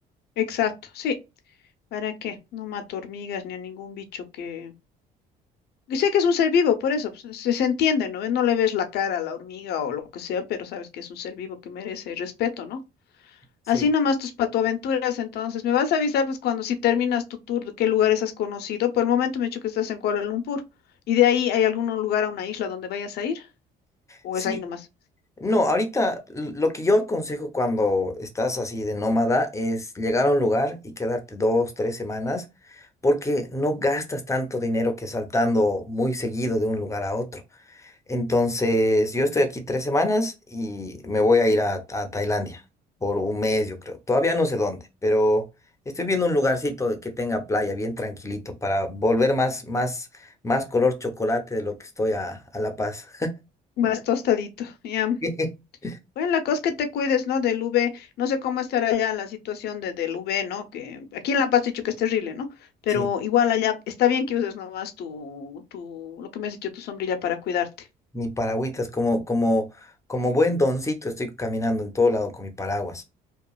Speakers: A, on the left; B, on the left.
A: exacto, sí, ¿para qué? No mato hormigas ni a ningún bicho que... que sé que es un ser vivo, por eso, pues, se, se entiende, ¿no? No le ves la cara a la hormiga o lo que sea, pero sabes que es un ser vivo que merece respeto, ¿no?
B: Sí.
A: Así nomás tus patoaventuras, entonces. Me vas a avisar, pues, cuando si terminas tu tour, de qué lugares has conocido. Por el momento me he dicho que estás en Kuala Lumpur. ¿Y de ahí hay algún lugar a una isla donde vayas a ir? ¿O
B: Sí,
A: es ahí nomás?
B: No, ahorita l- lo que yo aconsejo cuando estás así de nómada es llegar a un lugar y quedarte dos, tres semanas, porque no gastas tanto dinero que saltando muy seguido de un lugar a otro. Entonces, yo estoy aquí tres semanas y me voy a ir a, a Tailandia por un mes, yo creo. Todavía no sé dónde, pero estoy viendo un lugarcito de- que tenga playa bien tranquilito para volver más, más, más color chocolate de lo que estoy a, a La Paz.
A: Más tostadito, ya.
B: <laughs>
A: Bueno, la cosa es que te cuides, ¿no? Del U V. No sé cómo estará allá la situación de, del U V, ¿no? Que aquí en La Paz te he dicho que es terrible, ¿no? Pero
B: Sí.
A: igual allá está bien que uses nomás tu, tu, lo que me has dicho, tu sombrilla para cuidarte.
B: Mi paragüitas, como, como, como buen doncito, estoy caminando en todo lado con mi paraguas.